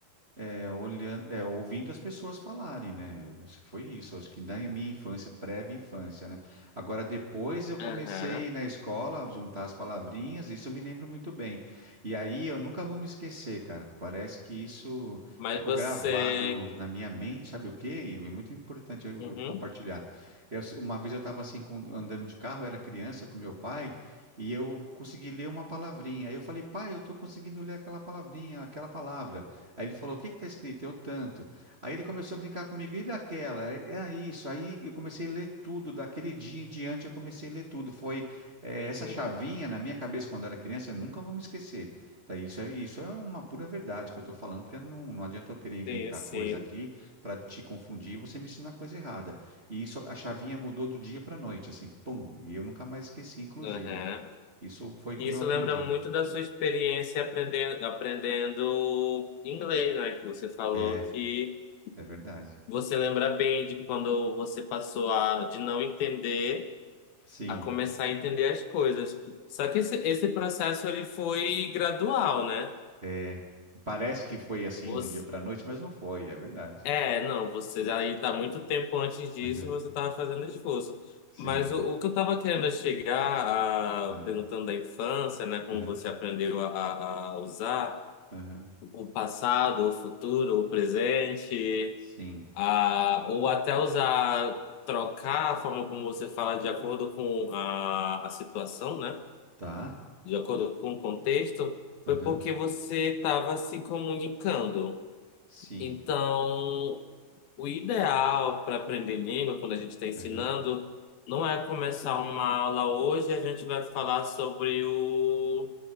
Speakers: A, on the right; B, on the left.
A: é, olhando, é, ouvindo as pessoas falarem, né? Eu acho que foi isso. Acho que na minha infância, prévia infância, né? Agora, depois eu comecei
B: Aham.
A: na escola a juntar as palavrinhas, isso eu me lembro muito bem. E aí eu nunca vou me esquecer, cara. Parece que isso
B: Mas
A: ficou
B: você.
A: gravado na minha mente, sabe o quê? E é muito importante eu,
B: Uhum.
A: eu compartilhar. Eu- uma vez eu estava assim, com- andando de carro, eu era criança com meu pai. E eu consegui ler uma palavrinha. Aí eu falei, pai, eu estou conseguindo ler aquela palavrinha, aquela palavra. Aí ele falou: O que que tá escrito? Eu tanto. Aí ele começou a brincar comigo: E daquela? É, é isso. Aí eu comecei a ler tudo. Daquele dia em diante eu comecei a ler tudo. Foi é,
B: Uhum.
A: essa chavinha na minha cabeça quando era criança, eu nunca vou me esquecer. Tá? Isso é, isso é uma pura verdade que eu estou falando, porque não, não adianta eu querer inventar
B: Sim, sim.
A: coisa aqui para te confundir e você me ensinar coisa errada. E isso, a chavinha mudou do dia para noite, assim, pum. E eu nunca mais esqueci, inclusive.
B: Aham.
A: Isso foi como
B: Isso
A: eu aprendi.
B: lembra muito da sua experiência aprendendo, aprendendo inglês, né? Que você falou
A: É,
B: que
A: é verdade.
B: você lembra bem de quando você passou a, de não entender.
A: Sim.
B: a começar a entender as coisas. Só que esse, esse processo ele foi gradual, né?
A: É, parece que foi assim
B: Você,
A: do dia para noite, mas não foi, é verdade.
B: é, não, você já está muito tempo antes disso,
A: Aham,
B: você estava fazendo esforço.
A: Sim.
B: Mas o, o que eu estava querendo é chegar,
A: Ah,
B: a, perguntando da infância, né, como
A: Aham.
B: você aprendeu a, a- a usar
A: Aham.
B: o passado, o futuro, o presente,
A: Sim.
B: a, ou até usar, trocar a forma como você fala de acordo com a, a situação, né?
A: Tá.
B: de acordo com o contexto, foi
A: Aham.
B: porque você estava se comunicando.
A: Sim.
B: Então, o ideal para aprender língua, quando a gente está ensinando,
A: Aham.
B: não é começar uma aula hoje, a gente vai falar sobre o